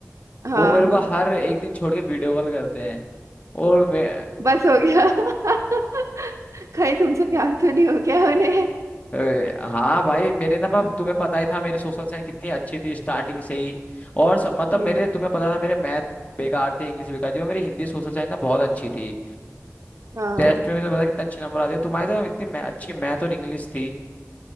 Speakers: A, on the right; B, on the left.
A: हाँ
B: वो मेरे को हर एक दिन छोड़ के वीडियो कॉल करते हैं और मैं
A: बस हो गया <laughs> कहीं तुमसे प्यार तो नहीं हो गया उन्हें
B: अ, हाँ भाई मेरे ना पाप तुम्हें पता ही था मेरी सोशल साइंस कितनी अच्छी थी स्टार्टिंग से ही और सब, मतलब
A: हम्म
B: मेरे तुम्हें पता था मेरे मैथ बेकार थे इंग्लिश बेकार थी और मेरी हिंदी सोशल साइंस ना बहुत अच्छी थी
A: हाँ
B: टेस्ट में भी तो पता कितने अच्छे नंबर आते हैं तुम्हारी तो इतनी मै, अच्छी मैथ और इंग्लिश थी